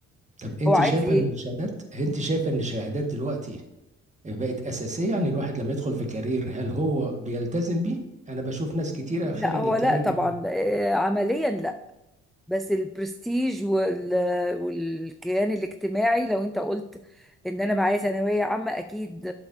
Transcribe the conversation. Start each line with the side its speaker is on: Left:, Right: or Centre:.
Right: طب أنت
Centre: هو عايز
Right: شايفة
Centre: ايه
Right: إن الشهادات أنت شايفة إن الشهادات دلوقتي بقت أساسية يعني الواحد لما يدخل في كارير هل هو بيلتزم بيه؟ أنا بشوف ناس كتيرة
Centre: لا
Right: خارج
Centre: هو
Right: الكارير
Centre: لا طبعا
Right: بتاعها
Centre: آه، عمليا لا بس البرستيج وال... والكيان الاجتماعي لو انت قلت ان انا معايا ثانويه عامه اكيد